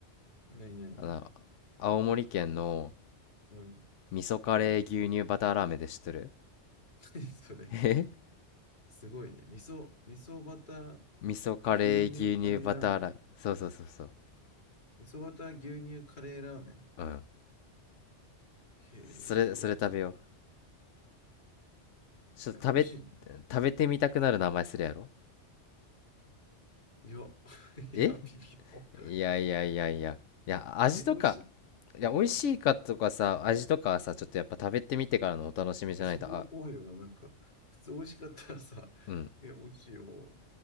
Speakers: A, on the left; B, on the left.
A: なになに
B: あの、青森県の
A: うん。
B: 味噌カレー牛乳バターラーメンで知ってる
A: <laughs> 何それ。
B: え
A: すごいね。味噌、味噌バター、
B: 味噌カレー牛乳バターラーメン。
A: 牛乳カレーラーメン。
B: そうそうそうそう。
A: 味噌バター、牛乳カレーラーメン。
B: うん。
A: へえ、
B: それ、
A: そう、
B: それ食べよう。
A: 美味しいね。
B: ちょっと食べ、
A: え、美味しいの。
B: 食べてみたくなる名前するやろ
A: いや、<laughs> いや、
B: え
A: 微妙。
B: いやいやいやいや。いや、味とか、
A: え、美味しい。
B: いや、美味しいかとかさ、味とかはさ、ちょっとやっぱ食べてみてからのお楽しみじゃないと、
A: え、そこが怖いよな。
B: あ、
A: なんか、普通美味しかったらさ、
B: うん、
A: え、美味しいよ。